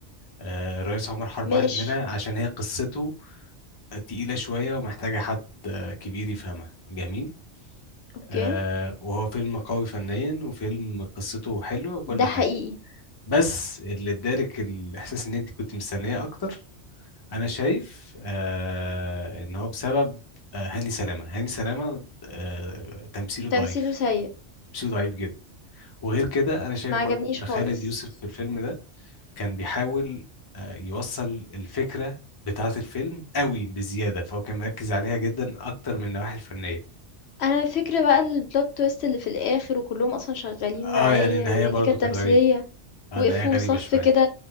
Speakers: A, on the left; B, on the left.
A: أه... الريس عمر حرب
B: ماشي،
A: واحد منها عشان هي قصته تقيلة شوية ومحتاجة حد كبير يفهمها جميل
B: أوكي،
A: أه... وهو فيلم قوي فنيا وفيلم قصته حلوة وكل
B: ده
A: حاجة
B: حقيقي،
A: بس اللي ادالك الاحساس ان انت كنت مستنية اكتر انا شايف آه ان هو بسبب آه هاني سلامه هاني سلامه آه تمثيله ضعيف
B: تمثيله سيء،
A: تمثيله ضعيف جدا وغير كده انا شايف
B: ما
A: برضو
B: عجبنيش
A: ان
B: خالص.
A: خالد يوسف في الفيلم ده كان بيحاول آه يوصل الفكره بتاعه الفيلم قوي بزياده فهو كان مركز عليها جدا اكتر من النواحي الفنيه
B: أنا الفكرة بقى الplot twist اللي في الآخر وكلّهم أصلًا شغالين
A: اه
B: معايا،
A: يعني النهايه
B: وإن
A: برضو
B: دي كانت
A: كانت
B: تمثيلية،
A: غريبه اه
B: وقفوا
A: النهايه غريبه
B: صف
A: شويه
B: كده